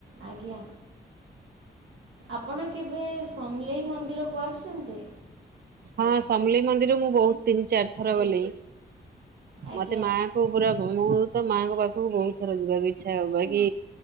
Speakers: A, on the right; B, on the right.
A: ଆଜ୍ଞା ଆପଣ କେବେ ସମଲେଇ ମନ୍ଦିରକୁ ଆସିଛନ୍ତି
B: ହଁ ସମଲି ମନ୍ଦିର ମୁଁ ବହୁତ ତିନି ଚାରି ଥର ଗଲି
A: ଆଜ୍ଞା
B: ମତେ ମାଙ୍କୁ ପୁରା ମୁଁ ତ ମାଙ୍କ ପାଖକୁ ବହୁତ ଥର ଯିବାକୁ ଇଚ୍ଛା ହ ବାକ